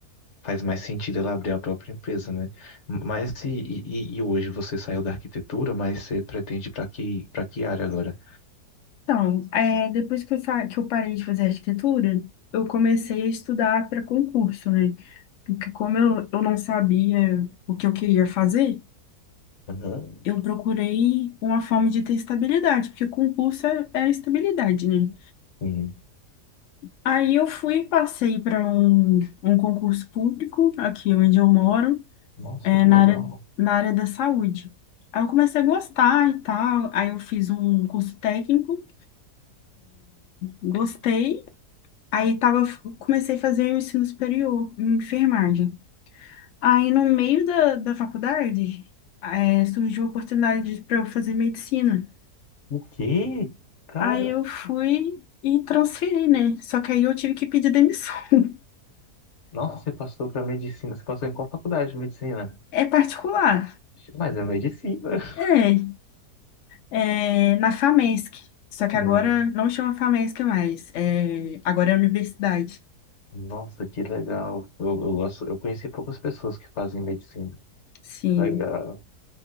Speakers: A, on the left (about 50°); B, on the left (about 70°).
A: faz mais sentido ela abrir a própria empresa, né? Mas e, e- e hoje você saiu da arquitetura, mas você pretende para que para que área agora?
B: Então, é, depois que eu, fa- que eu parei de fazer arquitetura, eu comecei a estudar para concurso, né? Porque como eu, eu não sabia o que eu queria fazer,
A: Uhum.
B: eu procurei uma forma de ter estabilidade, porque concurso é, é estabilidade, né?
A: Sim.
B: Aí eu fui, passei para um, um concurso público, aqui onde eu moro,
A: Nossa,
B: é,
A: que
B: na
A: legal.
B: área, na área da saúde. Aí eu comecei a gostar e tal, aí eu fiz um curso técnico, gostei, Aí tava, comecei a fazer o ensino superior em enfermagem. Aí no meio da, da faculdade, eh, surgiu a oportunidade para eu fazer medicina.
A: O quê? Cara,
B: Aí eu fui e transferi, né? Só que aí eu tive que pedir demissão. <laughs>
A: nossa, você passou para medicina. Você passou em qual faculdade de medicina?
B: É particular.
A: Mas é medicina. <laughs>
B: É, é na FAMESC. Só que
A: Não.
B: agora não chama FAMESC mais. É, agora é universidade.
A: Nossa, que legal. Eu, eu gosto, eu conheci poucas pessoas que fazem medicina.
B: Sim.
A: Legal.